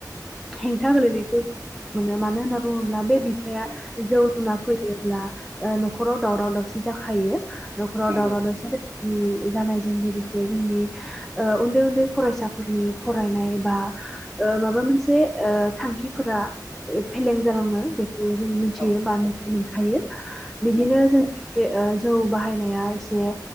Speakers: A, in the centre; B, on the right.
A: हेंथा गोलैनायखौ मोनो मानो होनना बुङोब्ला बे
B: औ
A: बिफाया
B: नंगौ
A: जौ लोंना फैयोब्ला ओ न'खराव दावराव दावसि जाखायो। न'खराव
B: नंगौ
A: दावराव दावसि। नि जानायजों लोगोसे जोंनि ओ उन्दै उन्दै फरायसाफोरनि फरायनाय बा ओ माबा मोनसे ओ थांखिफोरा फेलें जालाङो बेखौ जों मिथियो
B: औ
A: बा नुनो मोनखायो बिदिनो
B: नंगौ
A: जोंनि जौ बाहायनाया एसे